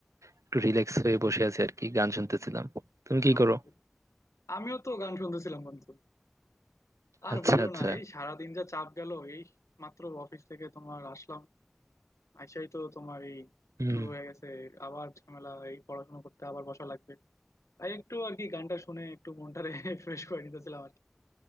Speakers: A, on the right; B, on the left.
A: একটু রিল্যাক্স হয়ে বসে আছি আর কি গান শুনতেছিলাম তুমি কি
B: ও
A: করো
B: আমিও তো গান শুনতেছিলাম বন্ধু আর
A: আচ্ছা
B: বইলো
A: আচ্ছা
B: না এই সারাদিন যা চাপ গেল এই মাত্র অফিস থেকে তোমার আসলাম আইসাই তো তোমার এই
A: হুম
B: শুরু হয়ে গেছে আবার ঝামেলা এই পড়াশোনা করতে আবার বসা লাগবে তাই একটু আর কি গানটা শুনে একটু মনটারে <laughs> ফ্রেশ করে নিতেছিলাম আর কি